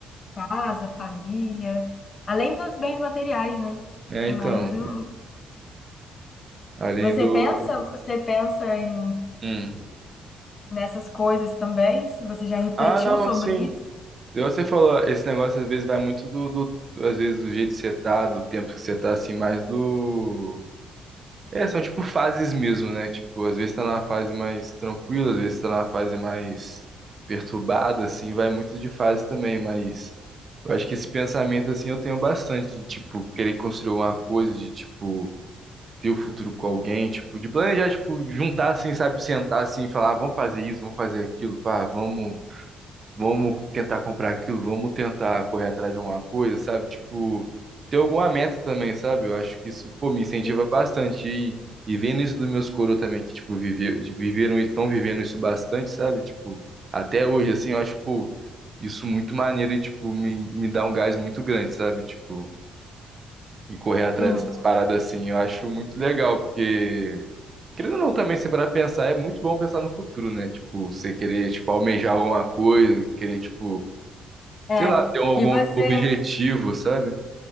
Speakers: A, on the left; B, on the right.
A: casa, família, além dos bens materiais, né?
B: É,
A: É
B: então,
A: mais o.
B: além
A: Você
B: do...
A: pensa, você pensa em
B: Hum.
A: nessas coisas também? Se você já refletiu
B: Ah, não,
A: sobre
B: sim.
A: isso?
B: Igual Você falou, esse negócio às vezes vai muito do, do- às vezes do jeito que você tá, do tempo que você tá, assim, mais do... É, são tipo fases mesmo, né? Tipo, às vezes tá na fase mais tranquila, às vezes tá na fase mais perturbada, assim, vai muito de fase também, mas... Eu acho que esse pensamento, assim, eu tenho bastante de, tipo, querer construir alguma coisa, de, tipo ter o futuro com alguém, tipo, de planejar, tipo, juntar assim, sabe, sentar assim e falar, ah, vamos fazer isso, vamos fazer aquilo, pá, vamos, vamos tentar comprar aquilo, vamos tentar correr atrás de alguma coisa, sabe? Tipo, ter alguma meta também, sabe? Eu acho que isso, pô, me incentiva
A: Sim,
B: bastante e, e vendo isso dos meus coro também, que, tipo, vive, viveram, estão vivendo isso bastante, sabe? Tipo, até hoje, assim, eu acho, pô, isso muito maneiro e, tipo, me, me dá um gás muito grande, sabe? Tipo, e correr atrás
A: sim.
B: dessas paradas assim, eu acho muito legal, porque Querendo ou não também, se parar pra pensar, é muito bom pensar no futuro, né? Tipo, você querer, tipo, almejar alguma coisa, querer, tipo,
A: É.
B: sei lá, ter algum
A: E você
B: objetivo, sabe?